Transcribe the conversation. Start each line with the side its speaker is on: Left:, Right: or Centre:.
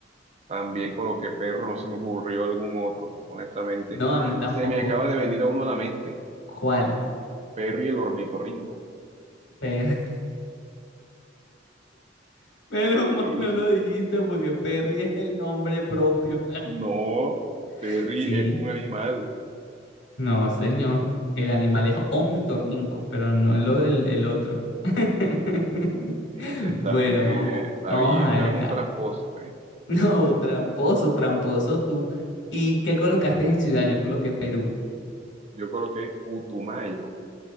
Right: También coloqué perro, no se me ocurrió algún otro, honestamente.
Left: No, a
Right: ¡Ah!
Left: mí tampoco.
Right: Se me acaba de venir a uno a la mente.
Left: ¿Cuál?
Right: Perry el ornitorrinco.
Left: Per- <laughs> Menos mal
Right: Sí,
Left: no lo dijiste porque Perry es el nombre propio.
Right: no,
Left: <laughs>
Right: Perry
Left: Sí,
Right: es un animal.
Left: No, señor. El animal es ornitorrinco, pero no lo del el otro. <laughs>
Right: <laughs> Está
Left: Bueno,
Right: bien,
Left: vamos,
Right: está
Left: vamos
Right: bien,
Left: a ver
Right: pero
Left: acá.
Right: es un tramposo,
Left: <laughs>
Right: ¿eh?
Left: No, tramposo, tramposo tú. ¿Y qué colocaste en ciudad? Yo coloqué Perú.
Right: Yo coloqué Putumayo,